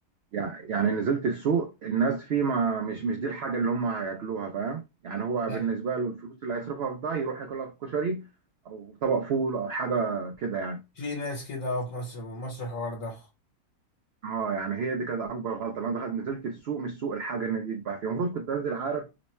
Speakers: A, on the right (about 80°); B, on the left (about 60°).
A: يع- يعني نزلت السوق الناس فيه ما مش مش دي الحاجة اللي هم هياكلوها فاهم يعني هو
B: أيوة.
A: بالنسبة له الفلوس اللي هيصرفها في ده يروح ياكلها في كشري أو طبق فول أو حاجة كده يعني
B: في ناس كده في مصر من مصر الحوار ده
A: اه يعني هي دي كانت أكبر غلطة اللي أنا دخلت نزلت السوق مش سوق الحاجة إن دي تتباع فيها المفروض كنت أنزل عارف